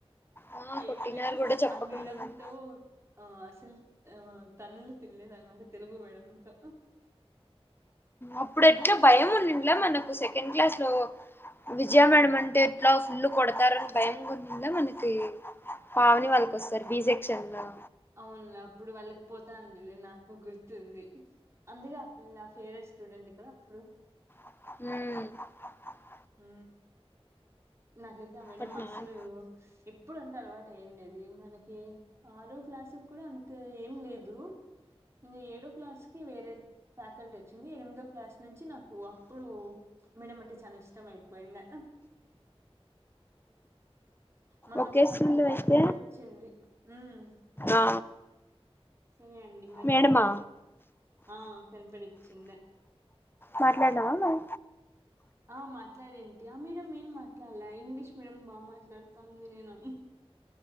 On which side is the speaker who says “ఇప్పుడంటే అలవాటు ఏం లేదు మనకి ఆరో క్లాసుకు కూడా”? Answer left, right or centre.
Right